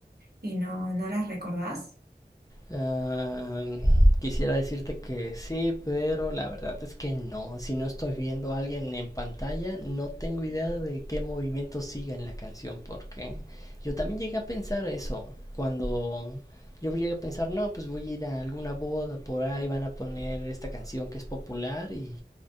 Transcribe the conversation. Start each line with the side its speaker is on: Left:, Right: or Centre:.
Right: y no, no las recordás.
Left: Ah, quisiera decirte que sí, pero la verdad es que no. Si no estoy viendo a alguien en pantalla, no tengo idea de qué movimiento siga en la canción, porque yo también llegué a pensar eso. Cuando yo llegué a pensar, no, pues voy a ir a alguna boda por ahí, van a poner esta canción que es popular y